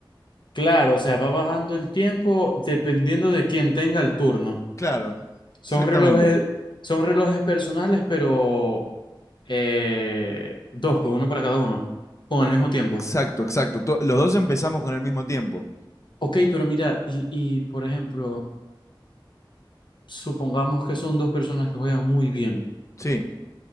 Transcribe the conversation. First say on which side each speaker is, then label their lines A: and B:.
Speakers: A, on the left; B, on the left.
A: Claro, o sea, va bajando el tiempo dependiendo de quién tenga el turno.
B: Claro,
A: Son
B: exactamente.
A: relojes, son relojes personales, pero Eh, dos, pues uno para cada uno, con el mismo tiempo.
B: Exacto, exacto. To- Los dos empezamos con el mismo tiempo.
A: Ok, pero mira, y, y por ejemplo, supongamos que son dos personas que juegan muy bien.
B: Sí.